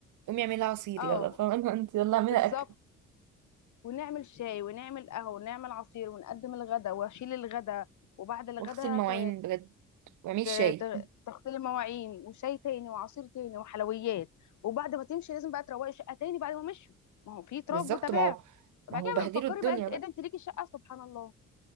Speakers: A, on the right; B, on the left.
A: قومي اعملي عصير
B: اه
A: يلا فاهمة <laughs> انت يلا اعملي
B: بالظبط
A: اكل
B: ونعمل شاي ونعمل قهوة ونعمل عصير ونقدم الغدا واشيل الغدا وبعد الغدا
A: واغسل المواعين
B: ت...
A: بجد واعملي
B: ت...
A: شاي
B: ت...
A: <laughs>
B: تغسلي المواعين وشاي تاني وعصير تاني وحلويات وبعد ما تمشي لازم بقى تروقي الشقة تاني بعد ما مشوا ما هو في تراب
A: بالظبط
B: وتباع
A: ما هو ما
B: بعد
A: هو
B: كده
A: بهدلوا
B: بقى فكري
A: الدنيا
B: بقى انت
A: بقى
B: ايه ده انت ليكي الشقة سبحان الله